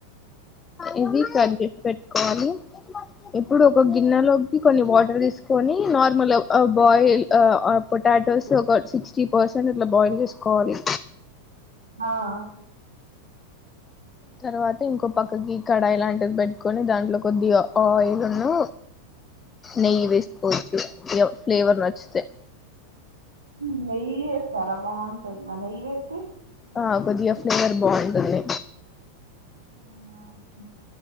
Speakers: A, on the left; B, on the right.
A: ఇవి కడిగ్ పెట్ కోవాలి ఇప్పుడు ఒక గిన్నెలోకి కొన్ని వాటర్ తీసుకొని నార్మల్ ఆ బాయిల్ ఆ పొటాటోస్ ఒక సిక్స్టీ పర్సెంట్ అట్లా బాయిల్ చేసుకోవాలి
B: ఆ అ
A: తర్వాత ఇంకో పక్కకి కడాయి లాంటిది పెట్టుకొని దాంట్లో కొద్దిగ ఆయిల్ ను నెయ్యి వేసుకోవచ్చు ఫ్లేవర్ నచ్చితే.
B: హ్మ్ నెయ్యి వేస్తారా బాగుంటు దా నెయ్యి వేస్తే
A: ఆ కొద్దిగా ఫ్లేవర్ బాగుంటుంది
B: అవునా ఓకే.